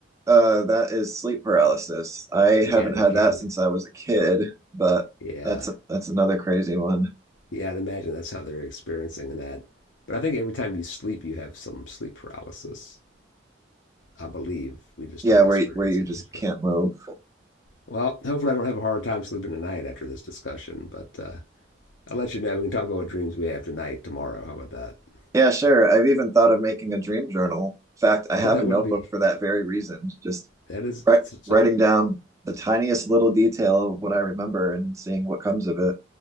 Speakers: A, on the right; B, on the left.
A: Uh, that is sleep paralysis. I
B: Yeah.
A: haven't
B: And they
A: had
B: can't
A: that
B: move.
A: since I was a kid, but
B: Yeah.
A: that's that's another crazy one.
B: Yeah. I'd imagine that's how they're experiencing that. But I think every time you sleep, you have some sleep paralysis. I believe we just
A: Yeah,
B: don't
A: where
B: experience
A: where you
B: it
A: just
B: usually.
A: can't move.
B: Well, hopefully I don't have a hard time sleeping tonight after this discussion, but uh, I'll let you know. We can talk about what dreams we have tonight, tomorrow. How about that? <laughs>
A: Yeah, sure. I've even thought of making a dream journal. In fact, I have
B: That
A: a notebook
B: would be
A: for that very reason. Just
B: that is
A: wri
B: such
A: writing
B: a
A: down the tiniest little detail of what I remember and seeing what comes of it.